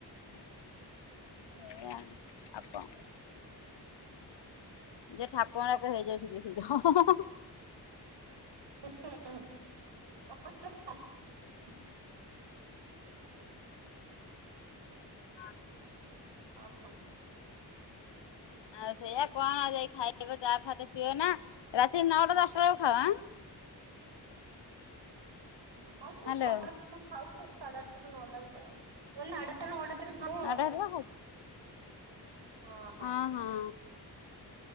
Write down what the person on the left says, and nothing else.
ଏଇଆ ଆଉ। ଆଉ କଣ କରିଆ? ଯେ ଠାକୁରଙ୍କୁ ଡାକ ହେଇଯାଉ ଶୀଘ୍ର ଶୀଘ୍ର।
ହଁ।
ଆଉ ସେଇଆ କଣ ଆଉ ଯାଇ ଖାଇବ। ଚା ଫା ତ ପିଏ ନା। ରାତି ନଅଟା ଦଶଟା ବେଳକୁ ଖାଅ ଆଁ? <unintelligible>
ହ୍ୟାଲୋ
ନଅଟା <inaudible> ହେଲା ହଉ।
ଅଁ ହଁ।